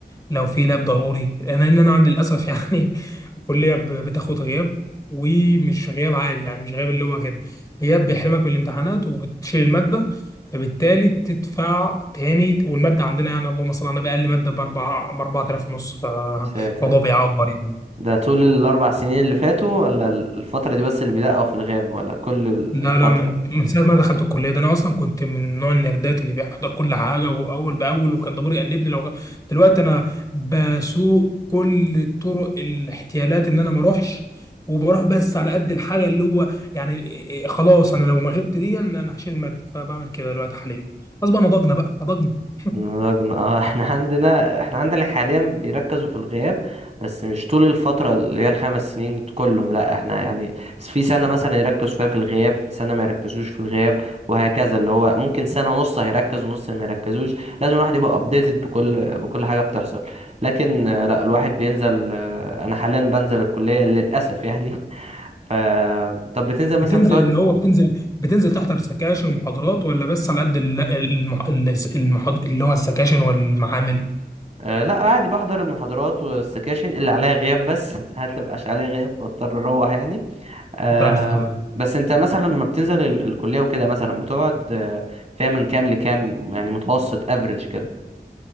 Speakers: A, on the left; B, on the right.
A: لو في لاب ضروري انا ان انا عندي للاسف <laughs> يعني الكليه ب- بتاخد غياب ومش غياب عادي يعني مش غياب اللي هو كده غياب بيحرمك من الامتحانات وبتشيل الماده فبالتالي تدفع تاني والماده عندنا يعني اللهم صل على النبي اقل ماده ب 4 ب 4000 ونص فالموضوع
B: يا ساتر
A: بيعور يعني
B: ده طول الاربع سنين اللي فاتوا ولا الفتره دي بس اللي بيدقوا في الغياب ولا كل ال-
A: لا
B: الفتره
A: لا من من ساعة ما دخلت الكلية ده أنا أصلا كنت من نوع النردات اللي بيحضر كل حاجة وأول بأول وكان ضميري يأنبني لو غ- دلوقتي أنا بسوق كل طرق الاحتيالات إن أنا ما أروحش وبروح بس على قد الحاجة اللي هو يعني إيه- إيه خلاص أنا لو ما غبت دي أنا أنا هشيل المادة فبعمل كده دلوقتي حاليا خلاص بقى نضجنا بقى نضجنا
B: رجل اه <laughs> احنا عندنا احنا عندنا حاليا بيركزوا في الغياب بس مش طول الفترة اللي هي الخمس سنين كلهم لا احنا يعني في سنة مثلا يركزوا فيها في الغياب سنة ما يركزوش في الغياب وهكذا اللي هو ممكن سنة نص هيركز ونص ما يركزوش لازم الواحد يبقى ابديتد بكل بكل حاجة بتحصل لكن آه، لا الواحد بينزل آه، انا حاليا بنزل الكلية للأسف يعني <laughs> ف طب بتنزل مثلا
A: بتنزل
B: بتقعد
A: اللي هو بتنزل بتنزل تحضر سكاشن ومحاضرات ولا بس على قد ال- المح... المح... اللي هو السكاشن والمعامل
B: أه لا عادي بحضر المحاضرات والسكاشن اللي عليها غياب بس <laughs> ساعات اللي مبقاش عليها غياب فاضطر اروح يعني أه
A: أنت راجل فاهمان
B: بس انت مثلا لما بتنزل ال- الكلية وكده مثلا بتقعد آه، فيها من كام لكام يعني متوسط افريج كده